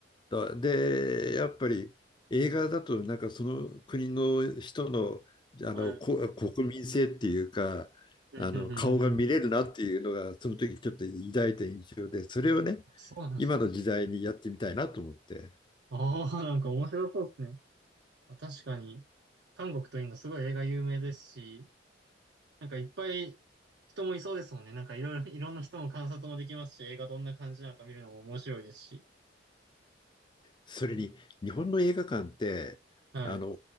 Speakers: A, on the left; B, on the right.
A: だで、やっぱり映画だとなんかその国の人の、あのこ国民性っていうかあの顔が見れるなっていうのがその時ちょっと抱いた印象でそれをね
B: はい。うん、うん、うん、うん。そうなんですね。
A: 今の時代にやってみたいなと思って
B: ああ、なんか面白そうですね。まあ確かに、韓国とインドすごい映画有名ですし、なんかいっぱい人もいそうですもんね。なんかいろいろ、いろんな人の観察もできますし、映画どんな感じなのか見るのも面白いですし。
A: それに日本の映画館ってあの
B: はい。